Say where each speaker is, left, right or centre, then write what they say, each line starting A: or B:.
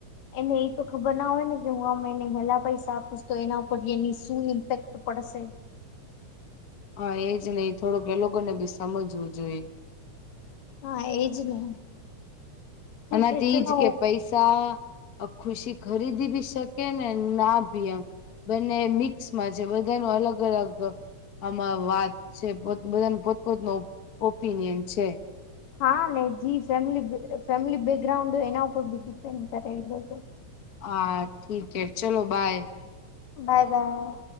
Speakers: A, on the left; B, on the left.
A: એને એ તો ખબર ના હોય ને કે હું આમ એને હેલા પૈસા આપીશ તો એના ઉપરની શું ઇમ્પેક્ટ પડશે.
B: હા એજ ને થોડુંક એ લોકો ને બી સમજવું જોઈએ.
A: હા એજ ને ઠીક
B: આનાથી
A: છે ચલો
B: જ કે પૈસા આ ખુશી ખરીદી ભી શકે ને ના ભી એમ બંને મિક્સમાં છે બધા ન અલગ અલગ અમાર વાત છે બધાને પોતપોતનો ઓપિનિયન છે.
A: હા ને જી ફેમિલી ફેમિલી બેકગ્રાઉન્ડ હોય એના ઉપર બી ડિપેન્ડ કરે એ બધું
B: હા ઠીક હે ચલો બાય.
A: Bye by.